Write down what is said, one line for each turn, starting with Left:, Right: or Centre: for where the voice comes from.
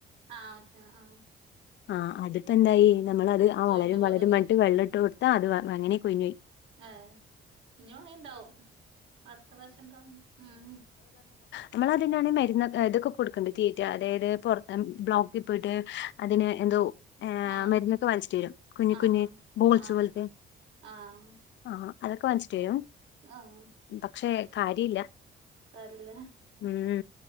Right: ആ ആവശ്യ ആ
Left: ആ അത്പ്പെന്തായി നമ്മളത് ആ
Right: കൊഴിഞ്ഞു
Left: വളരും
Right: പോയോ
Left: വളരും പർഞ്ഞിട്ട് വെള്ളംട്ട് കൊടുത്താ അത് അങ്ങനേ കൊഴിഞ്ഞാേയി
Right: ആ ഇനി മാണേ ഇണ്ടാവും അട്ത്രശ്യംണ്ടാവും ഉം ഉം
Left: നമ്മളതിനാണെ മരുന്നാെക്കെ തൊക്കെ കൊട്ക്ക്ണ്ട് തീറ്റ അതായത് പൊർത്ത് ബ്ലോക്കിൽ പോയിട്ട് അതിന് എന്തോ ഏ
Right: ആഹ്
Left: മര്ന്നൊക്കെ വാങ്ങിച്ച്ട്ടരും കുഞ്ഞ്
Right: ആഹ്
Left: കുഞ്ഞ് ബോൾസ്
Right: ആഹ്
Left: പോല്ത്തെ
Right: ആഹ് ആഹ്
Left: ആ അതൊക്കെ വാങ്ങിച്ചിട്ടരും
Right: ആഹ്
Left: പക്ഷെ കാര്യല്ല
Right: കാര്യല്ലേ
Left: ഉം